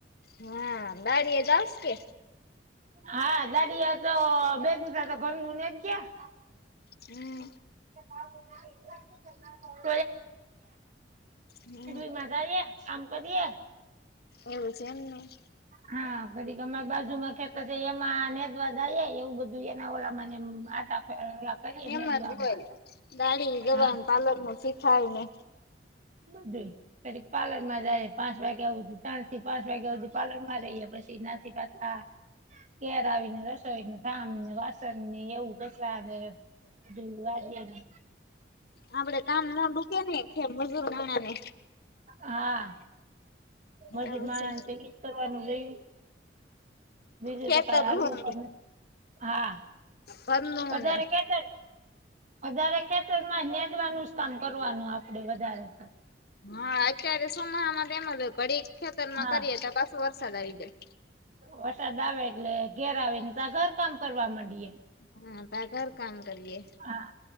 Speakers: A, on the left; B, on the right.
A: હા દાડી એ ચાલશે
B: હા દાડીયાતો બે દિવસ તો ઘર ન ને ગયા
A: હમ
B: ાર જ ગયાડ
A: હમ
B: <unintelligible> કરીઆ એકામ કરીએ
A: એવુ છે એમનું
B: હા ફરી તમારી બાજુમાં ખેતો છે એમાં નેદવા જાય એવું બધું એના ઓલા <unintelligible>
A: એમ
B: નેદવામાં
A: જ હોય
B: આટા.
A: દાડી ગવા,
B: હા
A: પાલર નું શીખાય ને.
B: મધે. પાર્લરમાં જાય પાંચ વાગ્યા સુધી ત્રણ થી પાંચ વાગ્યા સુધી પાર્લર માં રઈએ પછી ન્યા થી પ હા, ઘેર આવીને રસોઈને કામને, વાસણ ને એવું કસરાને <unintelligible>
A: આપડે કામ ના ડુકે ને છે મજૂર નાણા ને.
B: હા મજુર
A: એવું
B: માણહ
A: છે
B: ને તો ઈજ કરવાનું હોય. બીજું
A: ખેતર
B: તો કઈ આલુ
A: નું
B: પણ, હા,
A: ઘરનું
B: વધારે
A: ને
B: કઈ વધારે ખેતરમાં નેદવાનું જ કામકરવાનું આપડે વધારે તો.
A: હા અત્યારે સોમાહા માં તેમજ ઘડી ખેતર માં
B: હા
A: કરીએ તો પાછો વરસાદ આવી જાય.
B: વરસાદ આવે એટલે ઘેર આવીને ત્યા ઘર કામ કરવા માંડીએ.
A: હા તા ઘર કામ કરીએ.
B: હા